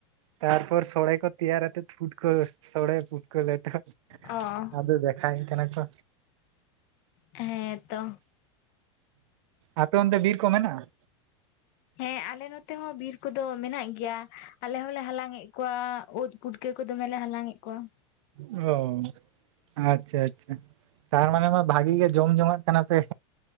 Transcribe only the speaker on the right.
ᱛᱟᱨᱯᱚᱨ ᱥᱚᱲᱮ ᱠᱚᱼᱼ ᱛᱮᱭᱟᱨ ᱟᱛᱮᱫ ᱯᱩᱴᱠᱟᱹ ᱥᱚᱲᱮ ᱯᱩᱴᱠᱟᱹ ᱞᱮᱴᱚ
ᱟᱫᱚ ᱫᱮᱠᱷᱟᱣᱟᱹᱧ ᱠᱟᱱᱟ ᱠᱚ᱾
ᱟᱯᱮ ᱚᱱᱛᱮ ᱵᱤᱨ ᱠᱚ ᱢᱮᱱᱟᱜᱼᱟ?
ᱚᱻ ᱟᱪᱪᱷᱟ ᱟᱪᱪᱷᱟ ᱛᱟᱨ ᱢᱟᱱᱮ ᱢᱟ ᱵᱷᱟᱜᱤ ᱜᱮ ᱡᱚᱢ ᱡᱚᱝᱟᱜ ᱠᱟᱱᱟ ᱯᱮ᱾